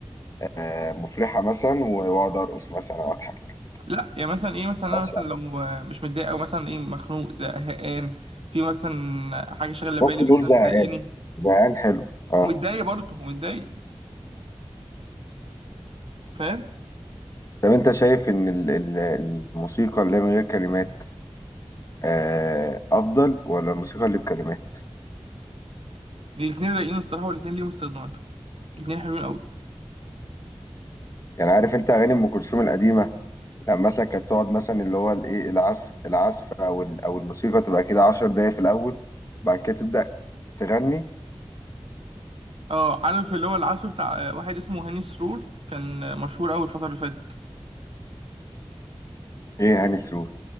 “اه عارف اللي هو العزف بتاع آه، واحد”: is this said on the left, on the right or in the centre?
Right